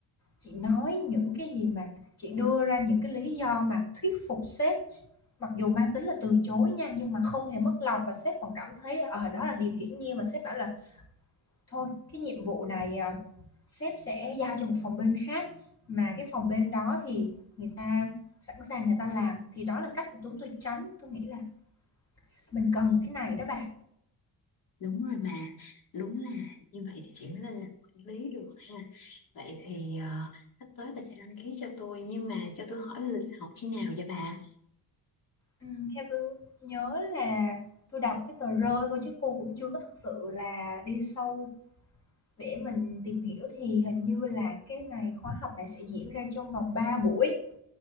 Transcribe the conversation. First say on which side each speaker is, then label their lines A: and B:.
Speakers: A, on the left (about 40°); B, on the left (about 60°).
A: chị nói những cái gì mà chị đưa ra những cái lý do mà thuyết phục sếp, mặc dù mang tính là từ chối nha, nhưng mà không hề mất lòng và sếp còn cảm thấy, ở đó là điều hiển nhiên và sếp bảo là thôi cái nhiệm vụ này à, sếp sẽ giao cho một phòng bên khác mà cái phòng bên đó thì người ta sẵn sàng người ta làm thì đó là cách của chúng tôi tránh tôi nghĩ là mình cần cái này đó bà
B: Đúng rồi bà Đúng là như vậy thì chị mới lên làm quản lý được ha Vậy thì ờ, sắp tới bà sẽ đăng ký cho tôi Nhưng mà cho tôi hỏi là lịch học khi nào vậy bà
A: ừ, theo tôi nhớ là tôi đọc cái tờ rơi thôi chứ cô cũng chưa có thực sự là đi sâu để mình tìm hiểu thì hình như là cái này khóa học này sẽ diễn ra trong vòng 3 buổi